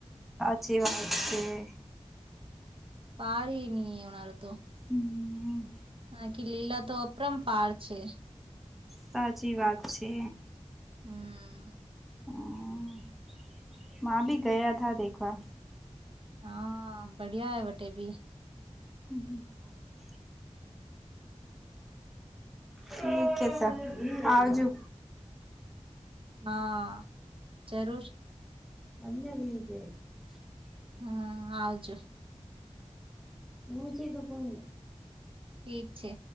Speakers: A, in the centre; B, on the right (about 50°).
A: જીવન, છે.
B: પાારની એના રહે, તો
A: હમ
B: નાકી લીલા, તો અપરમ પાર છે.
A: સાચી વાત છે.
B: હમ્મ.
A: હમ્મ, મા ભી ગયા થા દેખવા
B: હા, બડિયા હો વટે ભી
A: હમ્મ, હ ઠીક હે સબ, આવજો
B: હા, જરૂર.
A: <unintelligible>
B: હમ, આવજો
A: હા છે, તો કોનુ
B: ઠીક, છે.